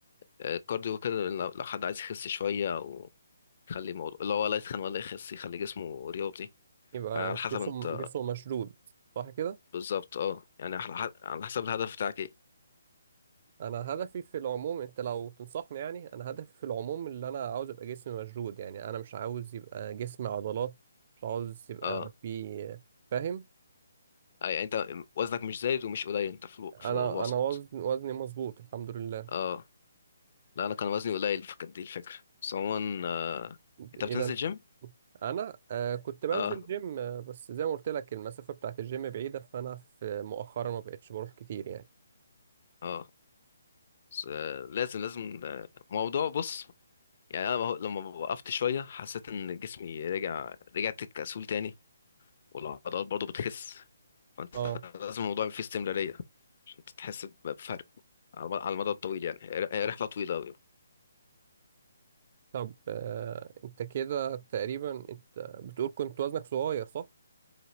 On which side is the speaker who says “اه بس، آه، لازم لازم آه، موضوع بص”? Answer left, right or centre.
Left